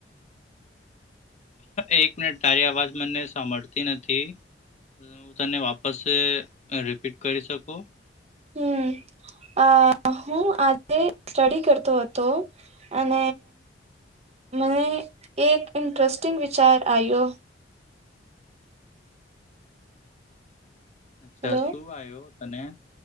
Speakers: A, on the left (about 40°); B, on the right (about 35°).
A: એક મિનિટ તારી અવાજ મને સાંભળતી નથી, હું તને વાપસ રિપીટ કરી સકો?
B: હમ, અ હું આજે સ્ટડી કરતો હતો, અને મને એક ઇન્ટરેસ્ટિંગ વિચાર આયો.
A: અચ્છા
B: હેલો,
A: શું આવ્યો તને